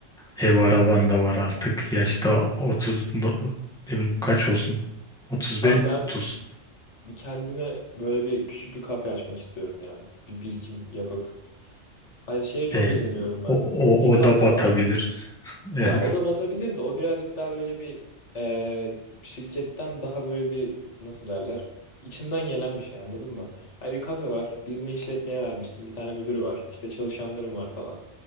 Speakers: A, in the centre; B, on the left.
A: Ev araban da var artık. Yaşta 30 no- ne bileyim kaç olsun? 35
B: Abi ben
A: 30.
B: kendime böyle bir küçük bir kafe açmak istiyorum ya. Bir birikim yapıp. Hani şeye çok
A: E,
B: özeniyorum ben.
A: o,
B: Bir
A: o,
B: kafe
A: o da batabilir.
B: var.
A: <laughs> Evet.
B: Ya o da batabilir de o birazcık daha böyle bir e, şirketten daha böyle bir nasıl derler? İçimden gelen bir şey anladın mı? Hani bir kafe var. Birine işletmeye vermişsin. Bir tane müdürü var. İşte çalışanlarım var falan.